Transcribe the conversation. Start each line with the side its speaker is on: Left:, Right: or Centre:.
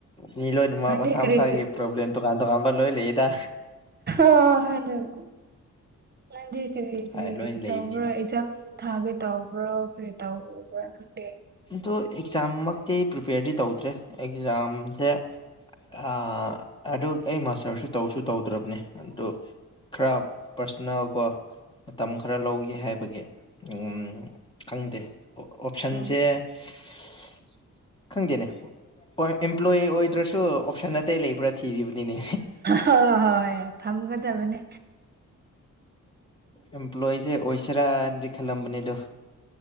Left: ꯃꯤ ꯂꯣꯏꯅꯃꯛ
Right: ꯅꯪꯗꯤ
Left: ꯃꯁꯥ
Right: ꯀꯔꯤ
Left: ꯃꯁꯥꯒꯤ
Right: ꯀꯔꯤ
Left: ꯄ꯭ꯂꯣꯕ꯭ꯂꯦꯝ ꯇꯣꯉꯥꯟ ꯇꯣꯉꯥꯟꯕ ꯂꯣꯏ ꯂꯩꯑꯦꯗ
Right: ꯑꯥ꯬꯬ ꯑꯗꯨꯕꯨꯗꯤ ꯅꯪꯗꯤ ꯀꯔꯤ ꯀꯔꯤ
Left: ꯍꯥꯏ ꯂꯣꯏ
Right: ꯇꯧꯕ꯭ꯔ
Left: ꯂꯩꯕꯅꯤꯗ
Right: ꯑꯦꯛꯖꯥꯝ ꯊꯥꯒꯦ ꯇꯧꯕ꯭ꯔꯣ ꯀꯔꯤ ꯇꯧꯕ꯭ꯔ ꯅꯪꯗꯤ
Left: ꯑꯗꯣ ꯑꯦꯛꯖꯥꯝꯃꯛꯇꯤ ꯄ꯭ꯔꯤꯄꯦꯌꯔꯗꯤ ꯇꯧꯗ꯭ꯔꯦ ꯑꯦꯛꯖꯥꯝꯁꯦ ꯑꯥ꯬꯬ꯑꯗꯨ ꯑꯩ ꯃꯥꯁꯇꯔꯁꯨ ꯇꯧꯁꯨ ꯇꯧꯗ꯭ꯔꯕꯅꯦ ꯑꯗꯨ ꯈꯔ ꯄꯔꯁꯅꯦꯜ ꯀꯣ ꯃꯇꯝ ꯈꯔ ꯂꯧꯒꯦ ꯍꯥꯏꯕꯒꯤ ꯎꯝ꯬꯬ ꯈꯪꯗꯦ ꯑꯣꯞꯁꯟ
Right: ꯎꯝ
Left: <unintelligible> ꯈꯪꯗꯦꯅꯦ ꯍꯣꯏ ꯑꯦꯝꯄ꯭ꯂꯣꯏꯣꯌꯤ ꯑꯣꯏꯗ꯭ꯔꯁꯨ ꯑꯣꯞꯁꯟ ꯑꯇꯩ ꯂꯩꯕ꯭ꯔꯥ ꯊꯤꯔꯤꯕꯅꯤꯅꯦ
Right: ꯍꯣꯏ ꯍꯣꯏ ꯍꯣꯏ ꯊꯝꯒꯗꯕꯅꯦ
Left: ꯑꯦꯝꯄ꯭ꯂꯣꯏꯁꯦ ꯑꯣꯏꯁꯤꯔꯥꯅꯗꯤ ꯈꯜꯂꯝꯕꯅꯦꯗꯣ